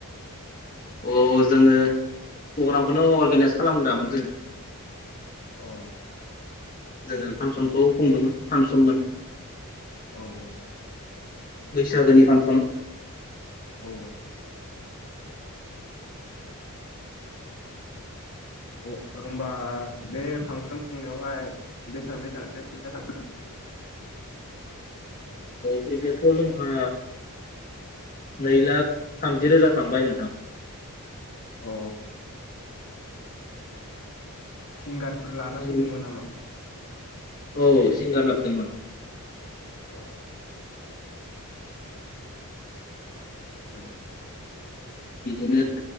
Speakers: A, on the left; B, on the left.
A: औ जोङो प्रग्रामखौनो अर्गेनाइस खालामग्रामोन जोङो।
B: औ।
A: जोङो फांसनखौ खुदोंमोन फांसनमोन।
B: औ
A: बैसागोनि। पासन
B: औ औ होमबा बे फांसन खुंनायावहाय बेसेबां बेसेबांसो फैसा थांगोन।
A: बेखथ' जोंहा नै लाख थामजि रोजा थांबाय नोंथां।
B: अ। सिंगार फोर लाना
A: जों
B: फैदोंमोन नामा?
A: औ सिंगार लाबोदोंमोन।
B: अ ह <unintelligible>
A: बिदिनो